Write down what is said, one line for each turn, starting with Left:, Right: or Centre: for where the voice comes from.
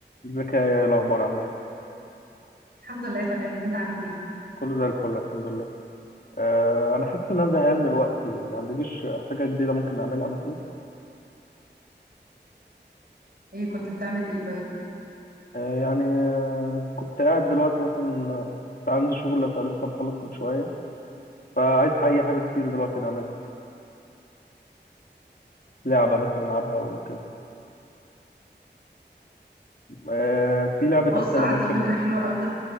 Left: ازيك يا الاخبار عامله ايه
Right: الحمد لله تمام انت عامل ايه
Left: كله زي الفل الحمد لله أه انا حاسس ان انا زهقان دلوقتي ما عندكيش حاجه جديده ممكن نعملها مثلا
Right: ايه كنت بتعمل ايه طيب
Left: أه يعني أه كنت قاعد دلوقتي مثلا آه، كنت عندي شغل فلسه مخلص من شويه فعايز اي حاجه جديده دلوقتي نعملها لعبه مثلا نلعبها وكده أه في لعبه
Right: بص
Left: اسئله
Right: عندي
Left: ممكن
Right: فكره حلوه قوي